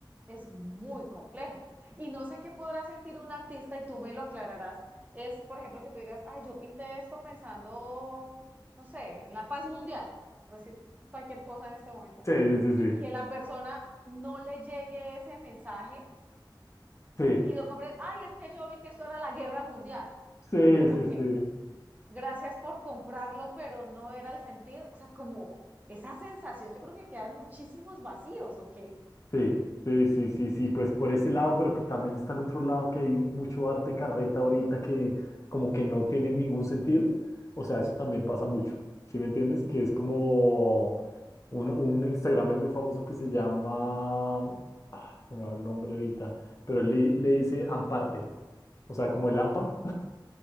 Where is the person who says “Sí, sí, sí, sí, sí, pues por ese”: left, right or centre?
Left